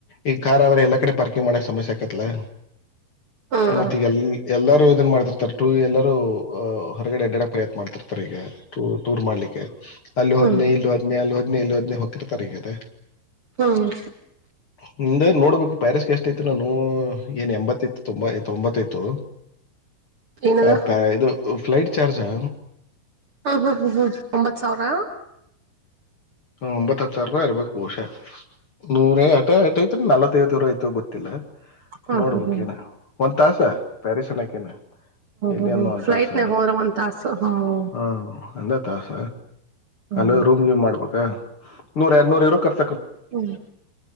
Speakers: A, on the left; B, on the right.
A: ಈ ಕಾರ್ ಆದ್ರ ಎಲ್ಲಾ ಕಡೆ ಪಾರ್ಕಿಂಗ್ ಮಾಡಕ್ ಸಮಸ್ಯೆ ಆಕತ್ಾ
B: ಹ್ಮ್
A: ಮತ್ತ
B: ಹ್ಮ್
A: ಈಗ ಎಲ್ಲ ಎಲ್ಲಾರೂ ಇದನ್ ಮಾಡ್ತಿರ್ತಾರೆ ಟೂ ಎಲ್ಲರೂ ಹೊರಗಡೆ ಡಡಕ್ ಪ್ರಯತ್ನ ಮಾಡ್ತಿರ್ತಾರೆ ಈಗ ಟ ಟೂರ್ ಮಾಡ್ಲಿಕ್ಕೆ
B: ಹ್ಮ್
A: ಅ್ೇ ಇಲ್ಲ ಹದ್ನೇ ಅಲ್ಲೋದ್ನ ಇಲ್ಲೋದ್ನನೆ ಹಕಿರ್ತಾರಕತೆ
B: ಹ್ಮ್
A: ಹ ನೋಡ್ಬೇಕು ಪ್ಯಾರಿಸ್ಗೆಷ್ಟಯ್ತು ನಾನು ಏನ್ ಎಂಬತ್ತ್ತ ತೊಂಬ ತೊಂಬತ್ತಾಯ್ತು
B: ಏನದ
A: ಅ ಪ ಇದು ಫ್ಲೈಟ್ ಚಾರ್ಜಾ
B: ಹ್ಮ ಹ್ಮ್ ಹ್ಮ ಹ್ಮ್ ಒಂಬತ್ ಸಾವಿರ
A: ಒಂಬತ್ ಹತ್ತು ಸಾವರ ರೂಪಾಯಿ ಇರ್ಬೇಕಕ್ ಬಹುಶ ನೂರೇ ಹಟೆ ಎಟ ಐತ್ ನಲ್ತ್ ರ ಆಯ್ತು ಗೊತ್ತಿಲ್ಲ
B: ಹ್ಮ್
A: ನೋಡ್ಬೇಕಕ್
B: ಹ್ಮ್ ಹ್ಮ್ ಹ್ಮ್
A: ನ ಒಂದ್ ತಾಸ ಪ್ಯಾರಿಸ್ ಅನಕ ನಾ ಇಲ್ಲಿ
B: ಹ್ಮ್
A: ಅನ್ನು
B: ಹ್ಮ್
A: ಅಂತಸ
B: ಫ್ಲೈಟ್ನಾಗ ಹೋದ್ರ ಒಂದ್ ತಾಸು ಹ್ಮ್
A: ಹ್ಮ ಅಂದ ತಾಸ
B: ಹ್ಮ್
A: ಅಂದ ರೂಮ್ ಗೇಮ್ ಮಾಡ್ಬೇಕ ನೂರ್ ಎರಡ್ ನೂರ್ ಇರು ಕರ್ತ
B: ಹ್ಮ್